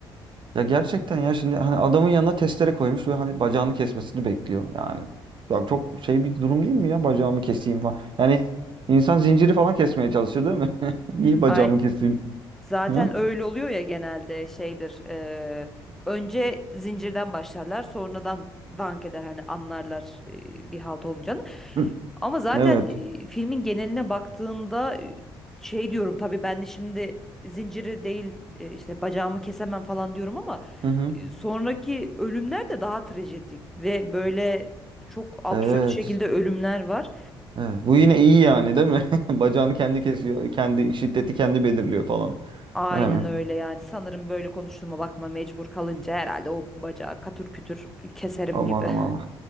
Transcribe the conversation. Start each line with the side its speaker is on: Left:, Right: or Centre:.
Right: Ya gerçekten ya şimdi hani adamın yanına testere koymuş ve hani bacağını kesmesini bekliyor. Yani ya çok şey bir durum değil mi ya bacağımı keseyim falan. Yani insan zinciri falan kesmeye çalışır değil mi? <laughs> Niye bacağımı
Centre: Ay,
Right: keseyim?
Centre: Zaten
Right: Hı?
Centre: öyle oluyor ya genelde şeydir. eee, önce zincirden başlarlar, sonradan dank eder hani anlarlar eee, bir halt olmayacağını.
Right: Hı.
Centre: Ama zaten
Right: Evet.
Centre: eee, filmin geneline baktığında eee, şey diyorum tabii ben de şimdi zinciri değil eee, işte bacağımı kesemem falan diyorum ama
Right: Hı hı.
Centre: eee, sonraki ölümler de daha trajedik ve böyle çok absürt
Right: Evet.
Centre: şekilde ölümler var.
Right: Evet. Bu yine iyi yani değil mi? <laughs> Bacağını kendi kesiyor. Kendi şiddeti kendi belirliyor falan.
Centre: Aynen
Right: Yani.
Centre: öyle yani sanırım böyle konuştuğuma bakma mecbur kalınca herhalde o bacağı katır kütür keserim
Right: Aman
Centre: gibi.
Right: aman.